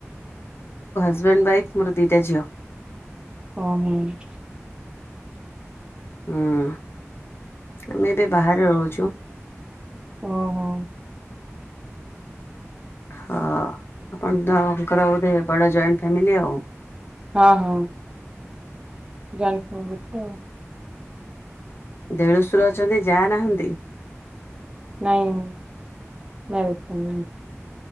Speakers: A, on the left (about 50°); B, on the right (about 20°).
A: ହଜବ୍ୟାଣ୍ଡ ୱାଇଫ୍ ମୋର ଦିଟା ଝିଅ।
B: ଅ ହଉ। ଁ <inaudible>
A: ହୁଁ ଆମେ ଏବେ ବାହାରେ ରହୁଛୁ
B: ଓ ହୋ।
A: ହଁ ଆପଣତଙ୍କର ଵୋଧେ ବଡ ଜଏଣ୍ଟ ଫ୍ୟାମିଲି ଆଉ?
B: ହଁ ହଁ। ଜାଣି ଥିବ ବୋଧେ ଆଉ।
A: ଦେଢଶୁର ଅଛନ୍ତି ଯା' ନାହାନ୍ତି।
B: ନାଇଁ ବେଲକମ୍ ନ <unintelligible>